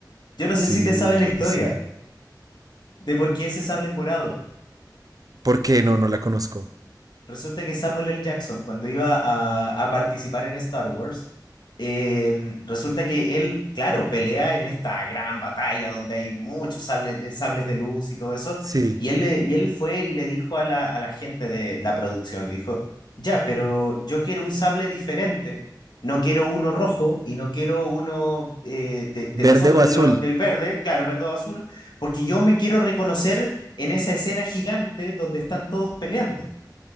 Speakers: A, on the left; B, on the right.
A: Yo no
B: Sí,
A: sé si te sabes la
B: claro
A: historia
B: que sí.
A: de por qué ese sable es morado.
B: porque no? No la conozco.
A: Resulta que Samuel L. Jackson, cuando iba a, a participar en Star Wars, eh, resulta que él, claro, pelea en esta gran batalla donde hay muchos sable- eh, sables de luz y todo eso,
B: Sí.
A: y él, le- y él fue y le dijo a la, a la gente de la producción, le dijo, ya, pero yo quiero un sable diferente, no quiero uno rojo y no quiero uno eh, de, de
B: Verde
A: los otros,
B: o azul.
A: de lo- del verde, claro, verde o azul, porque yo me quiero reconocer en esa escena gigante donde están todos peleando.